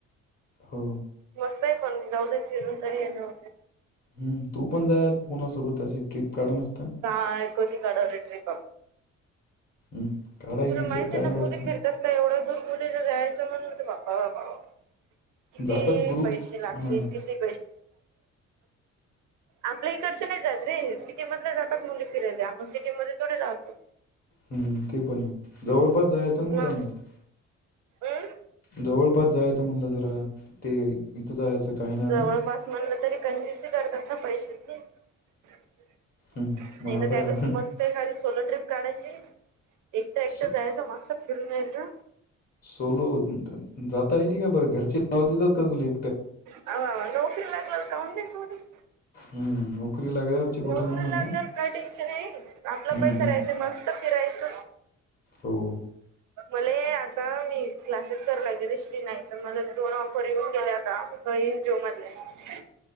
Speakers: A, on the left; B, on the right.
A: हो
B: मस्त आहे पण जाऊद फिरून तरी ये न होते
A: हम्म तू पण जाय कुणासोबत अस ट्र्रीप काढ मस्त
B: का कोोती काडव ट्रिप
A: हम्म काढायची
B: तुला
A: याच्यात
B: माहिती
A: काय
B: आहे ना
A: एवढं
B: मु
A: असं
B: फिरतात का एवढं दूर मुले जायचं म्हणलं तर बा्पा बापा किती
A: जातात ग्रुप
B: पैसे लागतील
A: हां
B: कि आपल्या इकडच नाही जात रे सि कु जातात मुली फिरायला आपण सिटीमध्ये तेथोे जहातो
A: हम् ते पण आहे जवळपास जायचं ना
B: हा
A: कुठं मग
B: अम
A: जवळपास जायचं म्हणलं जरा ते इथं जायचं. काय नाव
B: जवळपास
A: आहे
B: म्हणलं तरी कंजुस करतात ना पैसे नाही
A: हम्म मग
B: ना
A: आता
B: त्यापेस मस्त आहे खाली सोलो ट्रिप काण्यायची एकटा एकटं
A: सो-
B: जायचं मस्त फिरून यायचं.
A: सोलो,, जाता येते का बरं, घरची जावू देतात का तुले.
B: अ,, नोकरी लागल्या वर काउन नाई जाऊ देत.
A: हम्म, नोकरी लागल्यावरची गोष्ट
B: नोकरी
A: नाही म्हणा
B: लागल्यावर काय टेन्शन आहे,, आपला
A: हम्म
B: पैसा
A: हम्म
B: राहातय,, मस्त फिरायच.
A: तोऽ
B: <unintelligible> मले,, आता मी,, क्लासेस करु रायलेहरे स्री,, नाही तर मला दोन ऑफर येऊन गेले आता. काही जे माजलऽ